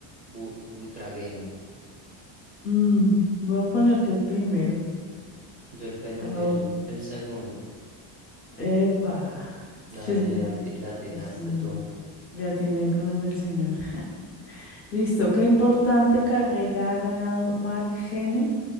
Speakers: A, on the right; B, on the left.
A: Bu- Buitragueño.
B: Mm, voy a poner que el primero.
A: Yo el, penu-
B: Raúl.
A: el, el segundo.
B: Eva. <laughs>
A: Dale, le ati- le atinaste
B: El señor.
A: tú.
B: Le atiné con el señor. <laughs> Listo. ¿Qué importante carrera ha ganado Mark Gene?